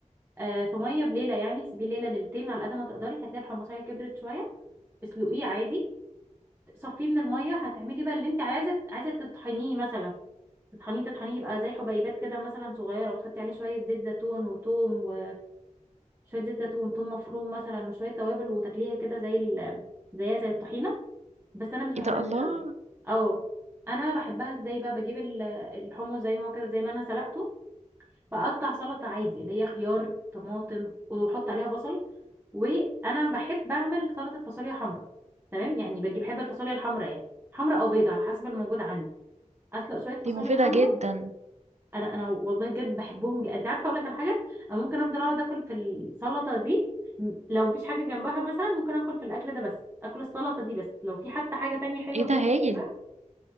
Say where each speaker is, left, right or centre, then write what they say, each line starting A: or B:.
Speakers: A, on the right; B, on the right.
A: أه في ميه بليله يعني سيبيه ليله ليلتين على قد ما تقدري هتلاقي الحمصيه كبرت شويه اسلقيه عادي صفيه من الميه هتعملي بقى اللي انت عايزه عايزه تطحنيه مثلا تطحنيه تطحنيه يبقى زي حبيبات كده مثلا صغيرة وتحطي عليه شوية زيت زيتون وتوم و شوية زيت زيتون توم مفروم مثلا وشوية توابل وتاكليها كده زي ال... زيها زي الطحينة بس أنا مش بحبها
B: ايه ده
A: كده
B: الله
A: قوي أو أنا بحبها ازاي بقى بجيب ال- الحمص زي ما هو كده زي ما أنا سلقته بقطع سلطة عادي اللي هي خيار طماطم وأحط عليها بصل وأنا بحب أعمل سلطة فاصوليا حمرا تمام يعني بجيب بحب الفاصوليا الحمرا يعني حمرا أو بيضة على حسب الموجود عندي أسلق شوية فاصوليا
B: دي مفيدة
A: حمرا
B: جدا
A: انا انا والله بجد بحبهم جدا انت عارفه اقول لك على حاجه انا ممكن افضل اقعد اكل في السلطه دي م- لو مفيش حاجه جنبها مثلا ممكن اكل في الاكل ده بس اكل السلطه دي بس لو في حتى حاجه تانية حلوه
B: ايه ده
A: برضه
B: هايل
A: جنبها